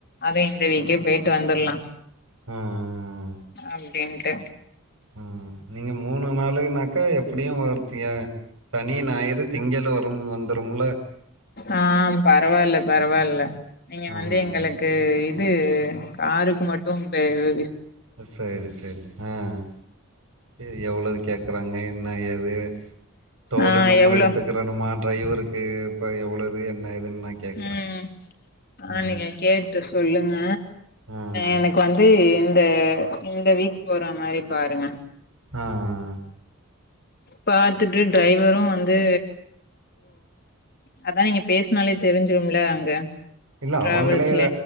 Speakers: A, on the left; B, on the right.
A: அதும் இந்த வீக்கே போயிட்டு வந்துருலா
B: ம் ம் ம்
A: அப்டின்ட்டு
B: ம் நீங்க மூணு நாளுனாக்கா எப்பிடியு <unintelligible> சனி ஞாயிறு திங் இங்கல வரும் வந்துரும்ல
A: ஆஹ் பரவாயில்ல பரவாயில்ல நீங்க
B: ம்
A: வந்து எங்களுக்கு வந்து காருக்கு மட்டும் பேரு
B: சரி சரி ஆஹ் இது எவ்வளவு கேக்குறாங்க என்ன ஏது டோலு
A: ஆ
B: நம்ம
A: எவ்ளோ
B: எடுத்துக்கிறணுமா டிரைவருக்கு இப்ப எவ்வளவு என்ன ஏதுன்னு நா கேக்குறே
A: உம் அத
B: ம்
A: நீங்க கேட்டு சொல்லுங்க
B: ம்
A: எனக்கு வந்து இந்த இந்த வீக் போற மாதிரி பாருங்க
B: ஆஹ்
A: பாத்துட்டு டிரைவரும் வந்து அதான் நீங்க பேசுனாலே தெரிஞ்சிரும்ல அங்க
B: இல்ல
A: டிராவல்ஸ்ல
B: அவங்களே